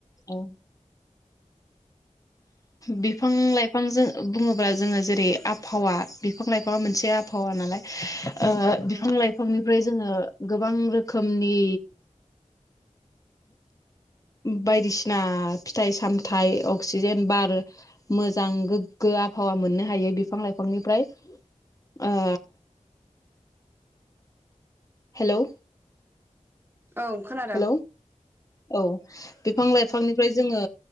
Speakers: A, on the left (about 25°); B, on the right (about 15°).
A: औ बिफां लाइफांजों बुङोब्ला जोङो जेरै आबहावा बिफां लाइफांआ मोनसे आबहावा नालाय ओ
B: औ
A: बिफां लाइफांनि ओमफ्राय जोङो गोबां रोखोमनि बायदिसिना फिथाइ सामथाइ अक्सिजेन बार मोजां गोग गो आबहावा मोननो हायो बिफां लाइफांनिफ्राय ओ। हेलौ।
B: औ खोनादों
A: हेल' औ बिफां लाइफांनि फ्राय जोङो